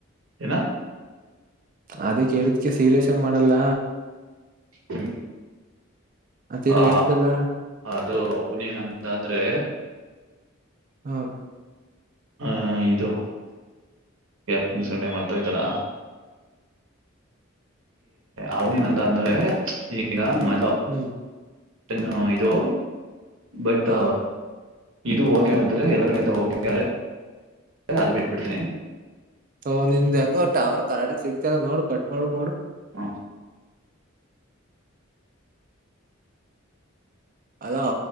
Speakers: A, on the right; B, on the right.
A: ನಾ
B: ಅದೇ ಕೇಳಿದಕ ಸೀರಿಯಸ್ ಆಗ ಮಾಡಲ್ಲ
A: ಹ್ಮ್
B: ಮತ್ತೇನ
A: ಆ
B: ಹೇಳ್ತಲ್ಲ
A: ಅದು ಅವನೇನಂತ ಅಂದ್ರೆ
B: ಹ್ಮ
A: ಹ ದು ಫ ಸಂಡ ಮಾಡತವೆ ಚಲ್ಲಾಗ ಅವೇನಂತ ಅಂದ್ರೆ ಈಗ ಮ
B: ಹ್ಮ್
A: ಚನ್ನು ಇದು ಬಟ್
B: ಹ
A: ಇದು ಓಕೆ ಆದ್ರೆ ಎಲ್ಲ ಕಡೆಯಿಂದ ಓಕೆ ಆದ ಅದು ಬಿಟ್ಬಿಡ್ತೇನಿ
B: ಹ ನಿಂದ್ ಯಾಕೋ ಟ ಅವರ್ ಕರಾಟ ಸಿಗ್ತಾರ ನೋಡು ಕಟ್ ಮಾಡುದು ನೋಡು
A: ಅ
B: ಅಲೋ